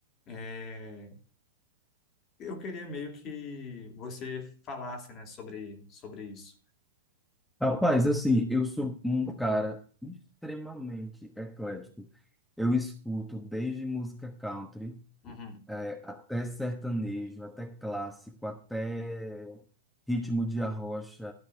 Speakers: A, on the left; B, in the centre.
A: é, eu queria meio que você falasse né sobre sobre isso
B: rapaz, assim, eu sou um cara extremamente eclético. Eu escuto desde música country,
A: Uhum.
B: eh, até sertanejo, até clássico, até ritmo de arrocha,